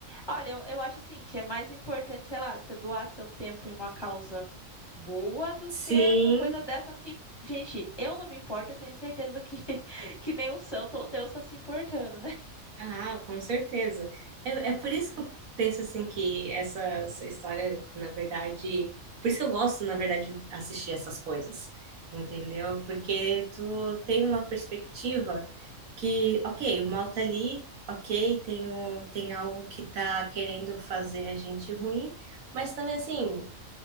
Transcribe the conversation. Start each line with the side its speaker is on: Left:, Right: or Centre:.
Left: Olha, eu, eu acho assim que é mais importante, sei lá, você doar seu tempo em uma causa boa do
Right: sim,
Left: que uma coisa dessa que, gente, eu não me importo, eu tenho certeza que, <laughs> que nem o santo ou Deus está se importando, né?
Right: ah, com certeza. É, é por isso que eu penso assim que essa, essa história, na verdade, por isso que eu gosto, na verdade, de assistir essas coisas. Entendeu? Porque tu tem uma perspectiva que, ok, o mal tá ali, ok, tem, o, tem algo que tá querendo fazer a gente ruim, mas também assim,